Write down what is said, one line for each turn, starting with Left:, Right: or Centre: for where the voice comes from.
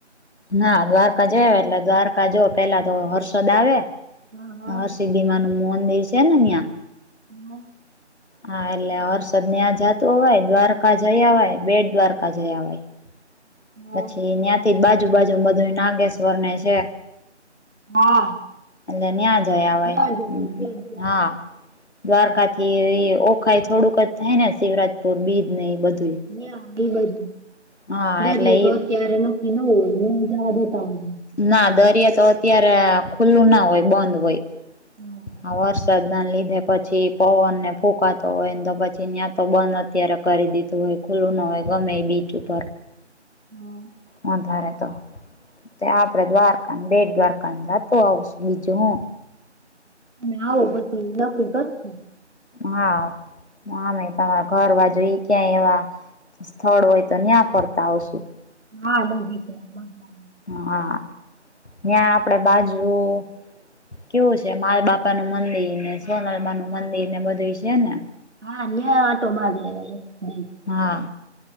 Left: ના દ્વારકા જે એટલે દ્વારકા જો પેલા તો હર્ષદ આવે
Right: હા હા
Left: હર્ષિ દીમાનું મોંદિર છેન ન્યા
Right: હમ્મ <unintelligible>
Left: હા એટલે હર્ષદ ન્યાં જાતું અવાય દ્વારકા જઈ આવાય બેટ દ્વારકા જય આવાય.
Right: હા
Left: પછી ન્યાથી બાજુ બાજુ બધું નાગેશ્વરને છે
Right: હા હા
Left: એટલે ન્યા જય આવાય,
Right: ન્યાં જવાય બેટ દ્વારકા
Left: હા દ્વારકાથી ઈઅ ઓખાઈ થોડુંક જ થાય ને શિવરાજપુર બીજને એ બધું
Right: ન્યા
Left: હા
Right: <inaudible> દરિયે
Left: એટલે
Right: તો
Left: એ
Right: અત્યારે નક્કી ન હોય <inaudible>
Left: ના દરિયા તો અત્યારે ખુલ્લું ના હોય બંધ હોય.
Right: હા
Left: આ વરસાદના લીધે પછી પવનને ફૂંકાતો હોય ન તો પછી ન્યા તો બં ત્યારે કરી દીધું હોય ખુલ્લું ના હોય ગમે એ બીચ ઉપર
Right: હા
Left: વધારે તો તે આપડે દ્વારકા ન બેટ દ્વારકા જાત તો આવશું બીજું હું
Right: તમે આવો બધું નક્કી કરું સુ
Left: હા મુ આમે તમાર ફરવા જઈ ક્યાંય એવા સ્થળ હોય તો ન્યા ફરતા આવશું
Right: હા બધી ખબર હા
Left: હા ન્યા આપડે બાજું કેવું છે માલ બાપા નું મંદિર <unintelligible>
Right: હા
Left: નાનું
Right: માણેક વાળા
Left: મંદિર ને બધું છે ને
Right: હા લ્ય આટો માર્ય <unintelligible>
Left: હા